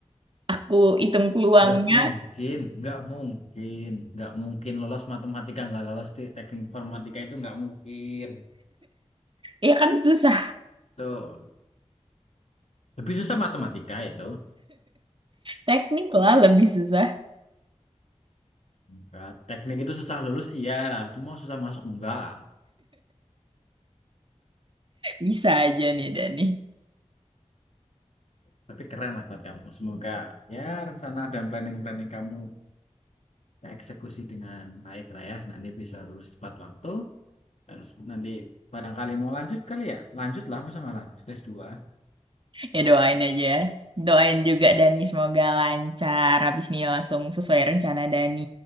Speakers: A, on the right; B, on the left.
A: aku hitung peluangnya
B: Nggak mungkin, nggak mungkin, nggak mungkin lolos matematika, nggak lolos di teknik informatika itu nggak mungkin.
A: ya kan susah.
B: Tuh, lebih susah matematika itu.
A: Teknik lah lebih susah.
B: Enggak. Teknik itu susah lulus, iya. Cuma susah masuk, enggak.
A: Bisa aja nih Dani.
B: Tapi keren lah buat kamu. Semoga ya rencana dan planning-planning kamu eksekusi dengan baik lah ya. Nanti bisa lulus tepat waktu. Terus nanti barangkali mau lanjut kali ya. Lanjut lah, masa nggak lanjut S2.
A: Ya doain aja ya. Doain juga Dani semoga lancar. Habis ini langsung sesuai rencana Dani.